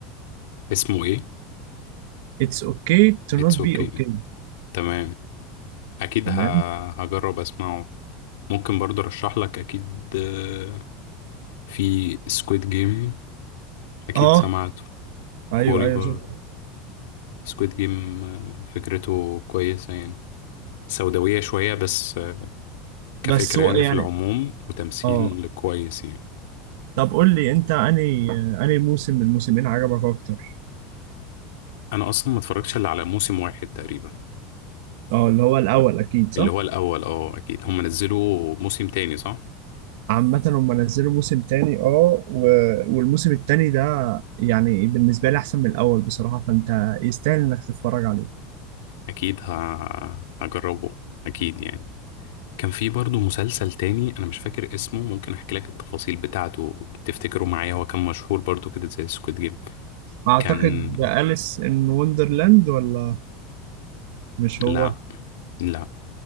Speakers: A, on the left; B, on the right.
A: اسمه ايه
B: It's okay to
A: اتس
B: not
A: اوكي
B: be okay
A: تمام اكيد
B: تمام
A: ه... هجرب اسمعه ممكن برضه ارشح لك اكيد آه، في سكويد جيم اكيد
B: اه
A: سمعته
B: ايوه
A: كوري
B: ايوه
A: برضه
B: شوف
A: سكويد جيم فكرته كويسة يعني سوداوية شوية بس آه، كفكرة
B: بس هو
A: يعني
B: يعني
A: في العموم وتمثيل
B: اه
A: كويس يعني
B: طب قول لي انت انهي انهي موسم من الموسمين عجبك اكتر
A: انا اصلا ما اتفرجتش الا على موسم واحد تقريبا
B: اه اللي هو الاول اكيد صح
A: اللي هو الاول اه اكيد هم نزلوا موسم تاني صح
B: عامة هم نزلوا موسم تاني اه و... والموسم التاني ده يعني بالنسبة لي أحسن من الأول بصراحة فأنت يستاهل إنك تتفرج عليه
A: اكيد ه... هجربه اكيد يعني كان في برضه مسلسل تاني انا مش فاكر اسمه ممكن احكي لك التفاصيل بتاعته تفتكره معايا هو كان مشهور برضه كده زي سكويد جيم
B: أعتقد
A: كان
B: ده أليس إن وندرلاند ولا مش هو؟
A: لا لا